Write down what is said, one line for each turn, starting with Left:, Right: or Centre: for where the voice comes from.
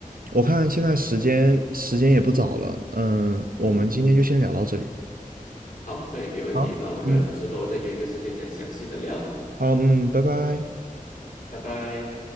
Right: 我看现在时间时间也不早了，嗯，
Left: 嗯哼，
Right: 我们今天就先聊到这里。
Left: 好，可以，没问题。
Right: 好，
Left: 然后可能之后再约个时间再详细的聊，
Right: 嗯，好，嗯，拜拜。
Left: 拜拜。